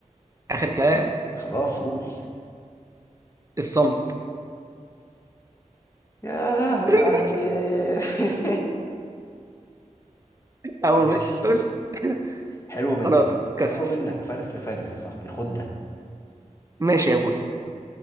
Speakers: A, on the right; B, on the left.
A: اخر كلام
B: خلاص قول
A: الصمت
B: يا لهوي
A: <laughs>
B: عليك <laughs>
A: اول
B: ماشي
A: ما بتقول <laughs>
B: حلوة منك
A: خلاص
B: حلوة
A: كسر
B: منك فارس لفارس يا صاحبي خد ده
A: ماشي يا ابويا